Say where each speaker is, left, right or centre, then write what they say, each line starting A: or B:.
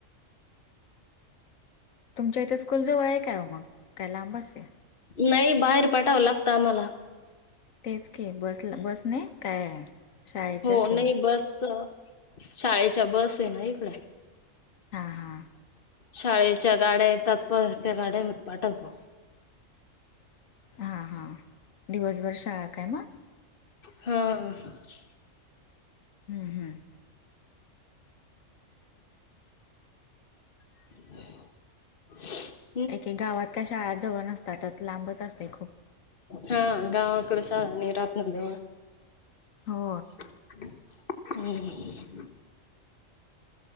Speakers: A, on the left; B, on the left.
A: तुमच्या इथे स्कूल जवळ आहे काय व मग काय लांब असते
B: नाही बाहेर पाठव लागतं आम्हाला
A: तेच की बसल- बसने काय शाळेची
B: हो
A: असते
B: नाही बस अ शाळेच्या बस आहे ना इकड
A: हां हां
B: शाळे- च्या गाड्या येतात, बस त्या गाड्यामध्ये पाठवतो.
A: हां -हां दिवसभर शाळा काय मग?
B: ह
A: हम्म हम्
B: <inaudible>
A: एके गावात काय शाळा जवळ नसतातच, लांबच असते खूप
B: हा गावाकडच्या नि रातनजवळ
A: हो
B: हम्